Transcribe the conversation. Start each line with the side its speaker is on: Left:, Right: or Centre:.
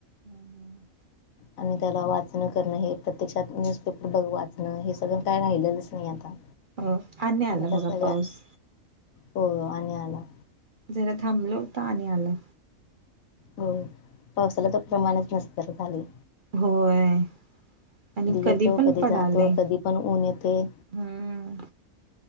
Right: ह ह हा.
Left: आणि त्याला वाचणं करणं हे प्रत्यक्षात न्यूजपेपर बघ वाचणं हे सगळं काय राहिलेलंच नाही आता.
Right: हो आणि आल
Left: आता
Right: बघा
Left: सगळ्या
Right: पाऊस.
Left: हो आणि आला.
Right: जरा थांबल होता आणि आला.
Left: हो पावसाला तर प्रमाणच नसल्या गत झालयं.
Right: होय आणि कधी
Left: येतो
Right: पण पडालय.
Left: जातो कधी पण ऊन येते
Right: हम्म